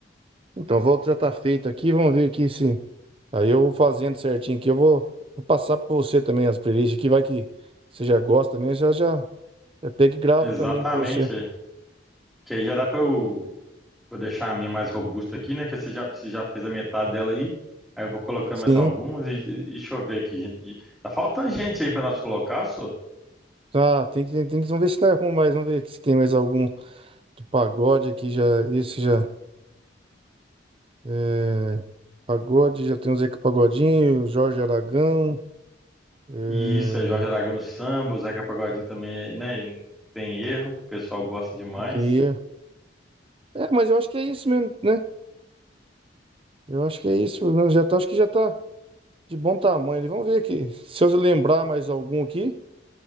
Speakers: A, on the right; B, in the centre.
A: Então, a volta já tá feita aqui, vamos ver aqui se. Aí eu vou fazendo certinho aqui, eu vou, vou passar para você também as playlists aqui, vai que você já gosta também, já já, já pega e grava
B: Exatamente.
A: também para você.
B: é. Que aí já dá pra eu Vou deixar a minha mais robusta aqui, né? Que você já, você já fez a metade dela aí. Aí eu vou colocando
A: Sim.
B: mais algumas e, e deixa eu ver aqui, gente. E- Tá faltando gente aí pra nós colocar, só.
A: Ah, tem que, tem que, vamos ver se tá com mais, vamos ver aqui se tem mais algum do pagode aqui já, esse já. É, pagode, já tem o Zeca Pagodinho, Jorge Aragão. É,
B: E isso é Jorge Aragão no samba, o Zeca Pagodinho também, né? Não tem erro, o pessoal gosta demais.
A: tem- é, mas eu acho que é isso mesmo, né? Eu acho que é isso. né? Já tá, acho que já tá de bom tamanho. ali. Vamos ver aqui. Se eu lembrar mais algum aqui,